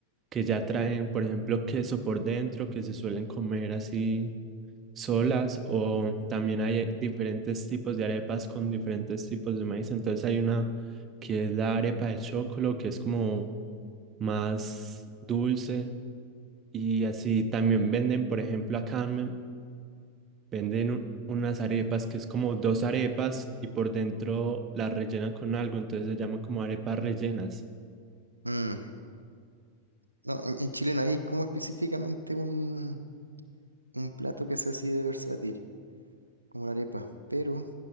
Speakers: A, on the right; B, on the right.
A: que ya traen, por ejemplo, queso por dentro que se suelen comer así. solas o también hay diferentes tipos de arepas con diferentes tipos de maíz. Entonces hay una que es la arepa de chocolo, que es como más dulce y así también venden, por ejemplo, acá me- venden u- unas arepas que es como dos arepas y por dentro las rellenan con algo, entonces se llaman como arepas rellenas.
B: Mm, no, en, en Chile no hay como específicamente un, un plato que sea así de versátil, como la arepa, pero